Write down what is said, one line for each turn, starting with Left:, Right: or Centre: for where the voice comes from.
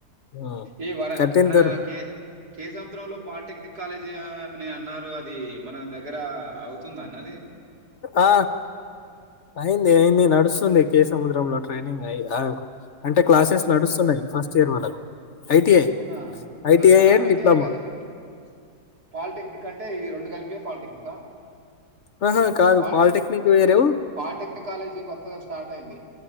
Left: ఉమ్.
Right: ఈ వర
Left: కట్టిన
Right: మన
Left: తర్వాత
Right: కే కే సముద్రంలో పాలిటెక్నిక్ కాలేజ్ ది అని అన్నారు అది మన దగ్గర అవుతుంద అన్న అది
Left: ఆ అయింది అయింది నడుస్తుంది కేసముద్ర డబ్బులు కట్ ట్రైనింగ్ అ అంటే క్లాసెస్ నడుస్తున్నాయి ఫస్ట్ ఇయర్ వాళ్ళకు ఐటిఐ
Right: అవునా
Left: ఐటిఐ
Right: అదే
Left: అండ్
Right: ఐటిఐ
Left: డిప్లొమా
Right: కాదే ఐ టీ పాలిటెక్నిక్ అంటే ఈ రెండు కలిపి పాలిెక్నిక్ ఆ
Left: ఆహా! కాదు.
Right: పాలిటెక్నిక్
Left: వేరు.
Right: నిన్ పాలిటెక్నిక్ కాలేజీ కొ కొత్తగా స్టార్ట్ అయింది